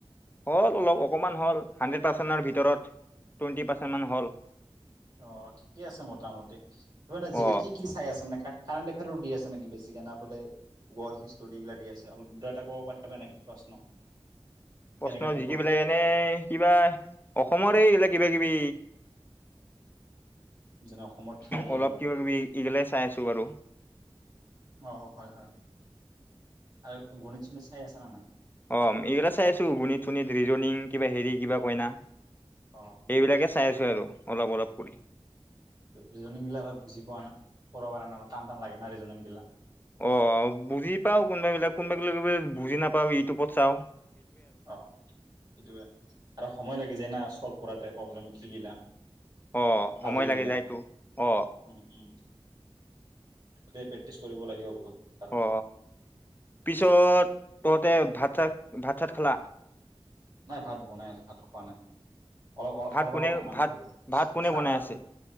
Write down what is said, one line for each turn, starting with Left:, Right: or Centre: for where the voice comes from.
Left: হ'ল অলপ অকণমান হ'ল হাণ্ড্ৰেড পাৰ্চেণ্টৰ ভিতৰত টুৱেণ্টি পাৰ্চেণ্টমান হ'ল।
Right: অ ঠিকে আছে মোটামুটি তানে জিকট
Left: অ
Right: কি কি চাই আছে মানে ক কাৰেণ্ট এফেয়াৰো দি আছে নেকি বেছিকে বোলে হিষ্টী এইগিলা দি আছে অলপ দুটা এটা ক'ব পাৰ নে প্ৰশ্ন?
Left: প্ৰশ্ন
Right: কেনেকা টাইপৰ
Left: জিকিবিল এনে কিবা অসমৰে এইলে কিবা কিবি।
Right: যেনে অসমৰ ঠাই এইবিলাক
Left: অলপ কিবা কিবি এইগিলাই চাই আছো বাৰু।
Right: অ হয় হয়। আৰু গণিত চণিত চাই আছা না নাই
Left: অ এইগিলটা চাই আছো গুণিত চুণিত ৰিজনং। কিবা হেৰি কিবা কইনা।
Right: অ',
Left: এইবিলাকে? চাই আছো আৰু অলপ অলপ কৰি।
Right: ৰিজনং গিলাক বুজি পোৱা না কৰ অল টান টান লাগে না ৰিজনং গিলাক।
Left: অ বুজি পাও কোনোবাবিলাক কোনোবা বিলাক বুজি নাপাও ইউটিউবত চাওঁ।
Right: অ সেইটোয়ে আৰু সময় লাগি যায় ন স। শ্লভ কোৰাতে প্ৰব্লেম জি গিলা।
Left: আহ সময়
Right: পাজল
Left: লাগে
Right: গিলা
Left: যাইতটো অ।
Right: উম উম গোটেই প্ৰেক্টিচ কৰিব লাগিব বহুত। আৰু
Left: অ পিছত ত। তাতে ভাত চাত ভাত চাত খোলা।
Right: নাই ভাত বনাই আছে ভাত খোৱা নাই। অলপ অ
Left: ভাত
Right: অলপ
Left: কোনে
Right: আগতে আম
Left: ভাত
Right: খালো
Left: ভাত কোনে
Right: চাহ
Left: বনাই
Right: খাৰ
Left: আছে